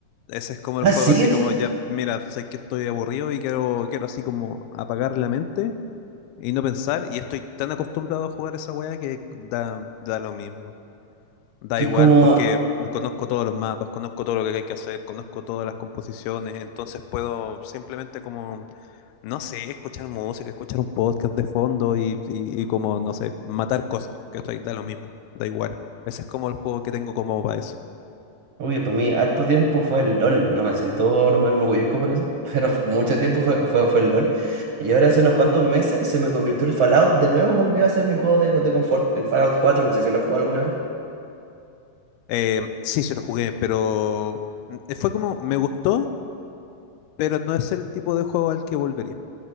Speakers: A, on the left; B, on the right.
A: Ese es como el
B: Ah,
A: juego
B: ¿sigues?
A: así como ya, mira, sé que estoy aburrido y quiero, quiero así como apagar la mente y no pensar. Y estoy tan acostumbrado a jugar esa weá que da, da lo mismo. Da
B: Que
A: igual
B: es como,
A: porque conozco todos los mapas, conozco todo lo que hay que hacer, conozco todas las composiciones, entonces puedo simplemente como, no sé, escuchar música, escuchar un podcast de fondo y, y, y como, no sé, matar cosas, que estoy, da lo mismo, da igual. Ese es como el juego que tengo como para eso.
B: uy, para mí harto tiempo fue el LOL. No me siento, no me enorgullezco por eso, <laughs> pero mucho tiempo fue, fue, fue el LOL. Y ahora hace unos cuantos meses se me convirtió el Fallout. De nuevo volvió a ser mi juego de, de confort. El Fallout cuatro no sé si lo he jugado alguna vez.
A: Eh, sí, se lo jugué, pero mm, fue como, me gustó, pero no es el tipo de juego al que volvería.